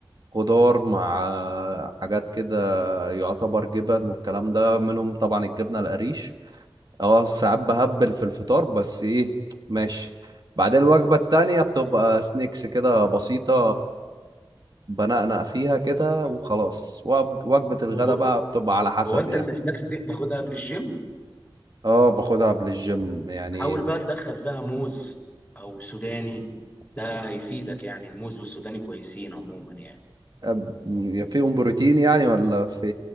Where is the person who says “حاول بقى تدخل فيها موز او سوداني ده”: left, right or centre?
Left